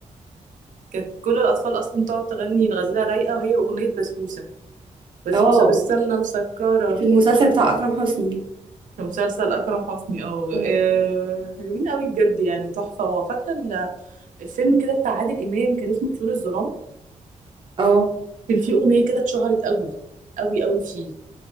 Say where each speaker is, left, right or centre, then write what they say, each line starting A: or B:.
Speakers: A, on the right; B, on the right.
A: كانت كل الاطفال اصلا تقعد تغني الغزاله رايقه وهي اغنيه بسبوسه بسبوسه
B: اه
A: بالسمنه مسكره
B: في المسلسل بتاع اكرم حسني
A: في مسلسل اكرم حسني اه
B: آه.
A: آه، حلوين قوي بجد يعني تحفه وفاكره ال- الفيلم كده بتاع عادل امام كان اسمه طيور الظلام
B: اه
A: كان في أغنية كده اتشهرت قوي قوي قوي فيه